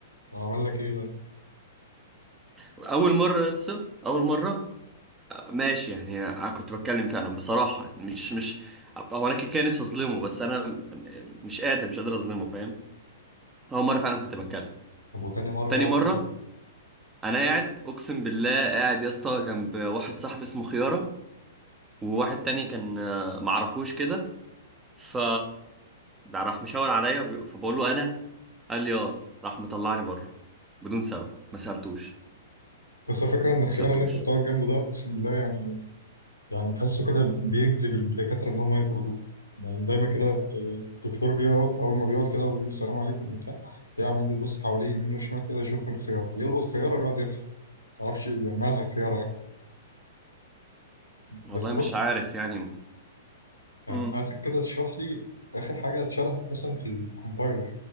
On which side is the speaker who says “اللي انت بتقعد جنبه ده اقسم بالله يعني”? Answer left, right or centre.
Left